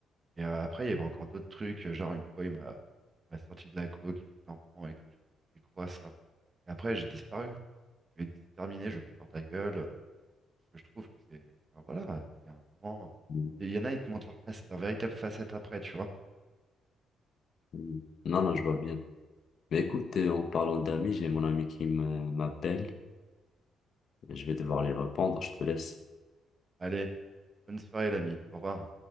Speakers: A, on the right (about 30°); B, on the left (about 55°).
A: Et euh, après, il y avait encore d'autres trucs, euh, genre une fois, il m'a m'a sorti de la coke, il fait t'en prends et tout. J'ai fait, c'est quoi ça? Et après, j'ai disparu. Je lui ai dit, c'est terminé, je veux plus voir ta gueule. euh, parce que je trouve que c'est. enfin, voilà, euh, il y a un moment.
B: Mm,
A: euh, et Il y en a, ils te montrent leur face, leur véritable facette après, tu vois.
B: mm. Non, non, je vois bien. Mais écoute, euh, en parlant d'amis, j'ai mon ami qui me- m'appelle. Je vais devoir lui répondre. Je te laisse.
A: Allez, bonne soirée, l'ami. Au revoir.